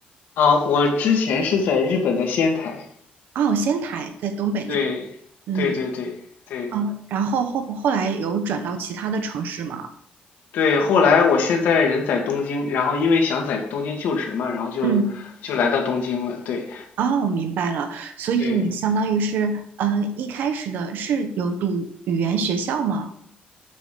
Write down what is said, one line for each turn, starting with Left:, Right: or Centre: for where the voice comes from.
Left: 啊，我之前是在日本的仙台，
Right: 哦，仙台，在东北那边。
Left: 对，
Right: 嗯，
Left: 对对对对
Right: 哦，然后后后来有转到其他的城市吗？
Left: 对，后来我现在人在东京，然后因为想在东京就职嘛，然后就就来到东京了。
Right: 嗯，
Left: 对
Right: 哦，明白了，所以你相当于是，
Left: 对，
Right: 嗯，一开始的是有读语言学校吗？